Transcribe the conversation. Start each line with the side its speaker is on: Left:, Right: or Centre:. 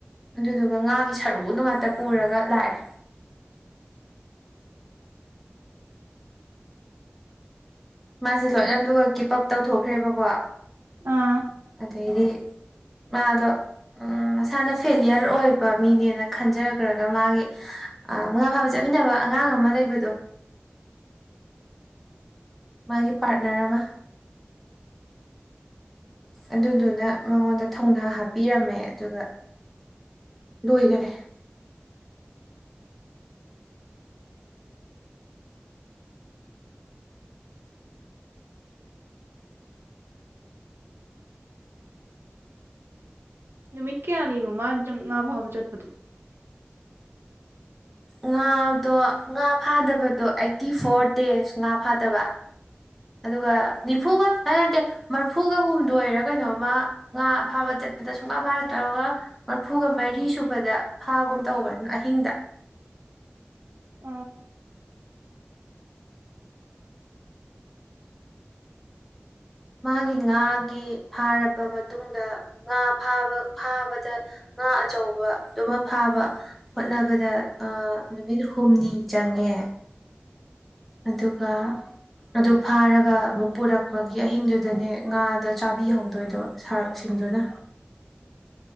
Centre: ꯑꯗꯨꯗꯨꯒ ꯉꯥꯒꯤ ꯁꯔꯨꯗꯣ ꯉꯥꯛꯇ ꯄꯨꯔꯒ ꯂꯥꯛꯑꯦ ꯃꯥꯁꯦ ꯂꯣꯏꯅ ꯑꯗꯨꯒ ꯀꯤꯞ ꯑꯞ ꯇꯧꯊꯣꯛꯈ꯭ꯔꯦꯕꯀꯣ
Right: ꯑꯥ
Centre: ꯑꯗꯩꯗꯤ ꯃꯥꯗꯣ ꯎꯝ ꯃꯁꯥꯅ ꯐꯦꯂꯤꯌꯔ ꯑꯣꯏꯕ ꯃꯤꯅꯦꯅ ꯈꯟꯖꯈ꯭ꯔꯒ ꯃꯥꯒꯤ ꯑ ꯃꯉꯥ ꯐꯥꯕ ꯆꯠꯃꯤꯟꯅꯕ ꯑꯉꯥꯡ ꯑꯃ ꯂꯩꯕꯗꯣ ꯃꯥꯒꯤ ꯄꯥꯔꯠꯅꯔ ꯑꯃ ꯑꯗꯨꯗꯨꯅ ꯃꯉꯣꯟꯗ ꯊꯧꯅꯥ ꯍꯥꯞꯄꯤꯔꯝꯃꯦ ꯑꯗꯨꯒ ꯂꯣꯏꯈꯔꯦ
Right: ꯅꯨꯃꯤꯠ ꯀꯌꯥꯅꯤꯅꯣ ꯃꯥ ꯖꯪ ꯉꯥ ꯐꯥꯕ ꯆꯠꯄꯗꯨ
Centre: ꯉꯥꯗꯣ ꯉꯥ ꯐꯥꯗꯕꯗꯣ ꯑꯩꯠꯇꯤ ꯐꯣꯔ ꯗꯦꯖ ꯉꯥ ꯐꯥꯗꯕ ꯑꯗꯨꯒ ꯅꯤꯐꯨꯒ ꯅꯠꯇꯦ ꯃꯔꯐꯨꯒ ꯍꯨꯝꯗꯣꯏꯔ ꯀꯩꯅꯣꯝꯃ ꯉꯥ ꯐꯥꯕ ꯆꯠꯄꯗ ꯁꯨꯡꯐꯥ ꯐꯥꯔꯛ ꯇꯧꯔꯒ ꯃꯔꯐꯨꯒ ꯃꯔꯤ ꯁꯨꯕꯗ ꯍꯥꯥꯒꯨꯝ ꯇꯧꯕꯅꯤꯅ ꯑꯍꯤꯡꯗ
Right: ꯑꯣ
Centre: ꯃꯥꯒꯤ ꯉꯥꯒꯤ ꯐꯥꯔꯕ ꯃꯇꯨꯡꯗ ꯉꯥ ꯐꯥꯕ ꯐꯥꯕ ꯗ ꯉꯥ ꯑꯆꯧꯕꯗꯨꯃ ꯐꯥꯕ ꯍꯣꯠꯅꯕꯗ ꯅꯨꯃꯤꯠ ꯍꯨꯝꯅꯤ ꯆꯪꯉꯦ ꯑꯗꯨꯒ ꯑꯗꯨ ꯐꯥꯔꯒ ꯑꯃꯨꯛ ꯄꯨꯔꯛꯄꯒꯤ ꯑꯍꯤꯡꯗꯨꯗꯅꯦ ꯉꯥꯗꯣ ꯆꯥꯕꯤꯍꯧꯗꯣꯏꯗꯣ ꯁꯥꯔꯛꯁꯤꯡꯗꯨꯅ